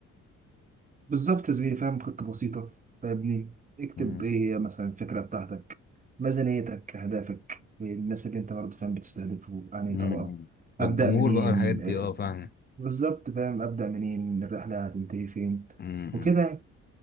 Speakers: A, on the right; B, on the left.
A: بالظبط يا زميلي فاهم خطه بسيطه فاهمني اكتب
B: مم.
A: ايه هي مثلا الفكره بتاعتك ميزانيتك اهدافك الناس اللي انت برضو فاهم بتستهدفه يعني
B: مم.
A: طبقه
B: والجمهور
A: ابدا منين
B: بقى الحاجات دي
A: آه،
B: اه فاهم
A: بالظبط فاهم ابدا منين الرحله هتنتهي فين
B: مم.
A: وكده يعني.